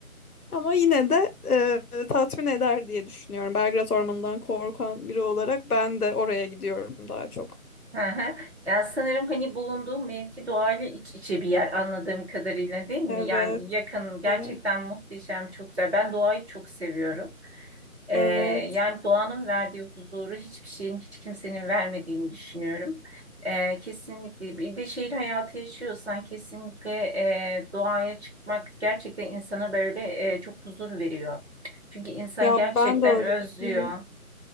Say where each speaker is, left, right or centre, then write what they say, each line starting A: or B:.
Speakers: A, on the left; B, on the right.
A: Ama yine de e, tatmin eder diye düşünüyorum. Belgrad Ormanı'ndan korkan biri olarak ben de oraya gidiyorum daha çok.
B: hı hı. Ya sanırım hani bulunduğum mevki doğayla iç içe bir yer anladığım kadarıyla değil mi?
A: Evet,
B: Yani yakın gerçekten
A: evet,
B: muhteşem çok güzel. Ben doğayı çok seviyorum. Ee,
A: evet.
B: yani doğanın verdiği huzuru hiçbir şeyin, hiç kimsenin vermediğini düşünüyorum. Ee, kesinlikle bir de şehir hayatı yaşıyorsan kesinlikle e, doğaya çıkmak gerçekten insana böyle e, çok huzur veriyor. Çünkü insan
A: Ya
B: gerçekten
A: ben de öyle
B: özlüyor.
A: düşünüyorum.